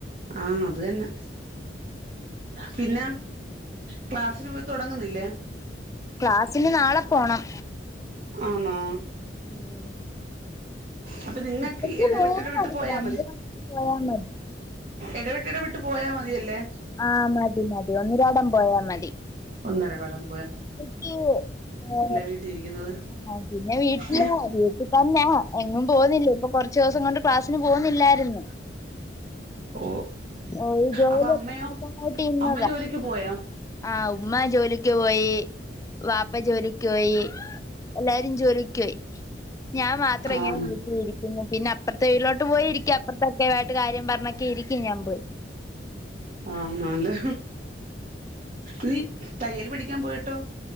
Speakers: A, on the right; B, on the left.
A: ആ അത് തന്നെ പിന്ന ക്ലാസിന് പോയി തുടങ്ങുന്നില്ലേ?
B: ക്ലാസിന് നാളെ പോണം
A: ആന്നോ?
B: ഉം
A: അപ്പൊ നിങ്ങൾക്ക്
B: ഉച്ചക്ക്
A: ഇടവിട്ടിടവിട്ട്
B: പോയാ മതി.
A: പോയാ
B: രണ്ട് മണിക്ക് പോയാ മതി.
A: എടവിട്ടെടവിട്ട് പോയാമതിയല്ലേ?
B: ആ മതി മതി ഒന്നിരാടം പോയാ മതി
A: ഒന്നര വെളം
B: ഇപ്പയ്ക്ക് ആഹ്
A: വീട്ടിൽ ഇരിക്കുന്നത്
B: ആ പിന്നെ വീട്ടിലാ
A: ഏ
B: വീട്ടി തന്നാ എങ്ങും പോകുന്നില്ല. ഇപ്പോ കൊറച്ചിവസം കൊണ്ട് ക്ലാസ്സിന് പോകുന്നില്ലാരുന്നു.
A: ഓ
B: ഓ ജോലിയൊക്കെ
A: അപ്പൊ അമ്മയോ
B: നോക്കാനായിട്ട് ഇര്ന്നതാ.
A: അമ്മ ജോലിക്ക് പോയോ
B: ആഹ് ഉമ്മ ജോലിക്ക് യി വാപ്പജോലിക്കോയി എല്ലാരും ജോലിക്കോയി ഞാൻ മാത്രം ഇങ്ങനെ
A: ആഹ്
B: വീട്ടിലിരിക്കുന്നു പിന്ന- അപ്പറത്തെ വീട്ലോട്ട് പോയി ഇരിക്കും അപ്പറത്തക്കെ ആയിട്ട് കാര്യം പറഞ്ഞൊക്കെ ഇരിക്കും ഞാൻ പോയി
A: ആ നല്ലേ നീ തയ്യൽ പഠിക്കാൻ പോയിട്ടോ